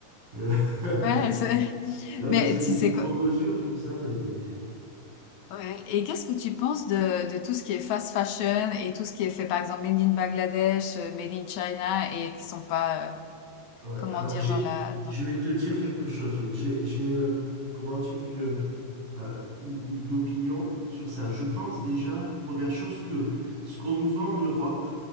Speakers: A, on the right (about 80°); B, on the left (about 65°).
A: Euh, <laughs>
B: Ouais, c'est- <laughs>
A: non,
B: mais
A: mais c'est
B: tu
A: des
B: sais
A: micro-mesures,
B: quoi?
A: tout ça, mais.
B: ouais. Et qu'est-ce que tu penses de, de tout ce qui est fast fashion et tout ce qui est fait, par exemple, made in Bangladesh, euh, made in China et qui sont pas, euh,
A: Ouais,
B: comment
A: alors
B: dire,
A: j'ai,
B: dans la,
A: je
B: dans,
A: vais te dire quelque chose. J'ai, j'ai, j'ai, euh, comment dire, une, euh, euh, une, une opinion sur ça. Je pense déjà, première chose, que ce qu'on nous vend en Europe,